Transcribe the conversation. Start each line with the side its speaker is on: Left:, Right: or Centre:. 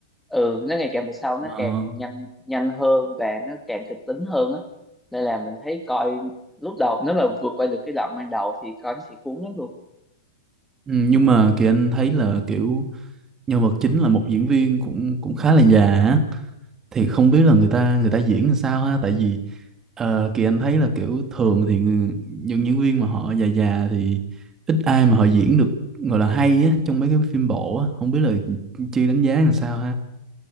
Centre: ừ nó ngày càng về sau nó
Right: ờ,
Centre: càng nhanh nhanh hơn và nó càng kịch tính hơn á nên là mình thấy coi lúc đầu nếu mà vượt qua được cái đoạn ban đầu thì coi nó sẽ cuốn lắm luôn
Right: ừ, nhưng mà Kỳ Anh thấy là kiểu nhân vật chính là một diễn viên cũng cũng khá là già á thì không biết là người ta người ta diễn làm sao ha tại vì ờ, kỳ anh thấy là kiểu thường thì người- những diễn viên mà họ già già thì ít ai mà họ diễn được gọi là hay á trong mấy cái phim bộ á không biết là chi đánh giá làm sao ha